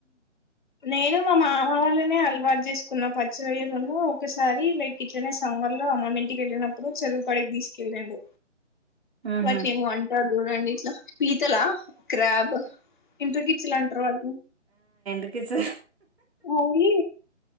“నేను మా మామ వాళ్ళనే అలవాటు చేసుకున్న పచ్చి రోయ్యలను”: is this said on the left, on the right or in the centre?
Left